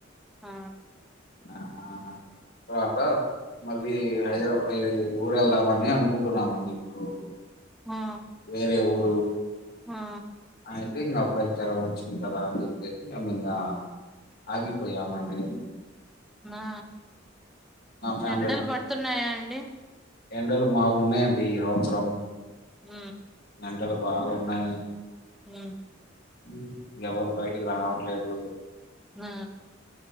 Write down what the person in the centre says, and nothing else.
ఆ
ఆ
ఆ
ఆ
ఎండలు పడుతున్నాయా అండి
ఉ
ఊ
ఆ